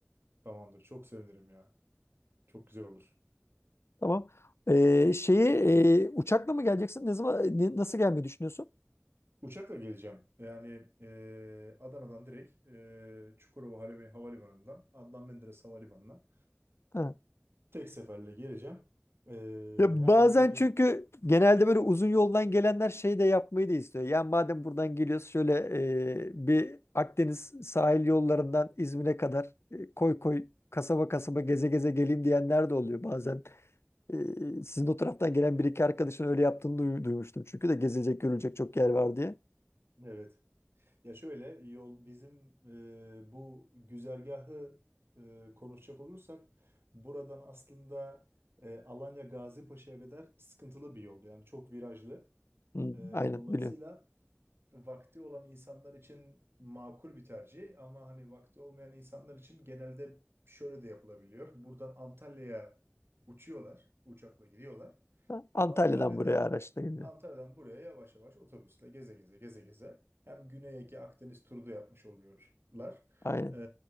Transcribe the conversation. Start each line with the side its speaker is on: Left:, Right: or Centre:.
Right: Tamamdır. Çok sevinirim ya. Çok güzel olur.
Left: Tamam. E, şeyi e, uçakla mı geleceksin? Ne zaman e, ne- nasıl gelmeyi düşünüyorsun?
Right: Uçakla geleceğim. Yani e, Adana'dan direkt e, Çukurova Halimi- Havalimanı'ndan Adnan Menderes Havalimanı'na
Left: Ha.
Right: tek seferle geleceğim. E,
Left: Ya
Right: hem
Left: bazen
Right: orada bir
Left: çünkü genelde böyle uzun yoldan gelenler şey de yapmayı da istiyor. Yani madem buradan geliyoruz şöyle e, bir Akdeniz sahil yollarından İzmir'e kadar e, koy koy kasaba kasaba geze geze geleyim diyenler de oluyor. Bazen e, sizin o taraftan gelen bir iki arkadaşın öyle yaptığını duy- duymuştum. Çünkü de gezilecek görülecek çok yer var diye.
Right: evet Ya şöyle yol bizim e, bu güzergahı e, konuşacak olursak buradan aslında e, Alanya Gazipaşa'ya kadar sıkıntılı bir yol. Yani çok virajlı.
Left: Hı,
Right: E,
Left: aynen
Right: dolayısıyla
Left: biliyorum.
Right: vakti olan insanlar için makul bir tercih ama hani vakti olmayan insanlar için genelde şöyle de yapılabiliyor. Buradan Antalya'ya uçuyorlar, uçakla gidiyorlar.
Left: Ha, Antalya'dan
Right: Antalya'da
Left: buraya araçla geliyor.
Right: Antalya'dan buraya yavaş yavaş otobüsle geze geze geze geze hem Güney Ege Akdeniz turu da yapmış oluyorlar.
Left: Aynen.
Right: Ee,